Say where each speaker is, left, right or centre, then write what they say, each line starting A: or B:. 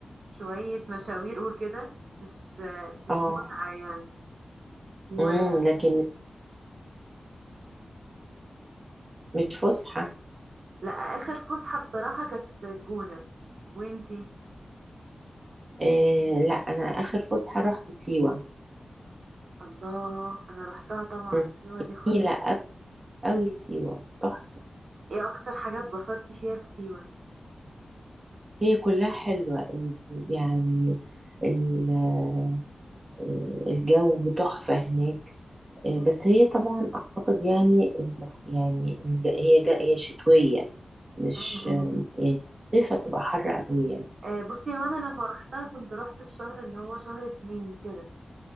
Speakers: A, on the right; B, on the right.
A: شوية مشاوير وكده مش آه، مش
B: اه
A: متعة يعني وإيه؟
B: امم لكن مش فسحه
A: لا آخر فسحة بصراحة كانت في الجونة وإنتي؟
B: إيه لا انا اخر فسحه رحت سيوه
A: الله أنا روحتها طبعا
B: مم.
A: سيوة دي خطيرة
B: جميله قوي سيوه تحفه
A: إيه أكتر حاجة اتبسطتي فيها في سيوة؟
B: هي كلها حلوه ال- يعني ال- آه، الجو تحفه هناك آه،
A: م-
B: بس هي طبعا اعتقد يعني المف... يعني الج- هي جا... هي شتويه مش
A: م-
B: آه،
A: م.
B: يعني الصيف هتبقى حر قوي يعني
A: آه، بصي هو أنا لما روحتها كنت روحت في شهر اللي هو شهر اتنين كده